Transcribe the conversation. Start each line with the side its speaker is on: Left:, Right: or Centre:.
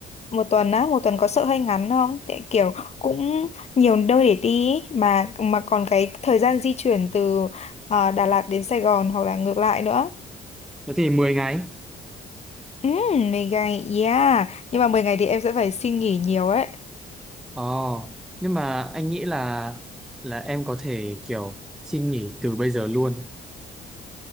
Left: một tuần á, một tuần có sợ hơi ngắn không? Tại kiểu cũng nhiều nơi để đi ý, mà mà còn cái thời gian di chuyển từ à, Đà Lạt đến Sài Gòn hoặc là ngược lại nữa.
Centre: Thế thì 10 ngày.
Left: Ừ, 10 ngày, yeah. Nhưng mà 10 ngày thì em sẽ phải xin nghỉ nhiều đấy.
Centre: Ồ, nhưng mà anh nghĩ là là em có thể kiểu xin nghỉ từ bây giờ luôn.